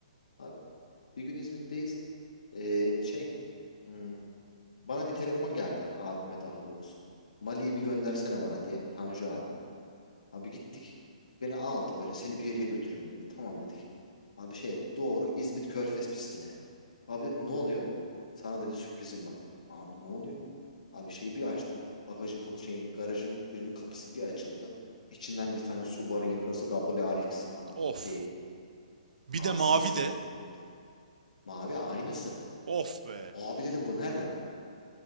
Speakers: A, on the left (about 80°); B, on the right (about 80°).
A: Abi bir gün İzmit'teyiz. Ee, şey hmm, bana bir telefon geldi abime daha doğrusu. Mali'yi bir göndersene bana diye Tanju abi. Abi gittik. Beni aldı böyle. Seni bir yere götürüyorum dedi. Tamam dedik. Abi şey doğru İzmit Körfez pistine. Abi dedi ne oluyor? Sana dedi sürprizim var. Abi ne oluyor? Abi şeyi bir açtı. Bagajın kapı şey garajın birinin kapısı bir açıldı. İçinden bir tane Subaru Impreza WRX a-
B: Of.
A: şeyi
B: Bir
A: R
B: de mavi
A: RC'si
B: de.
A: bir de. Mavi aynısı.
B: Of be.
A: Abi dedim bu nereden?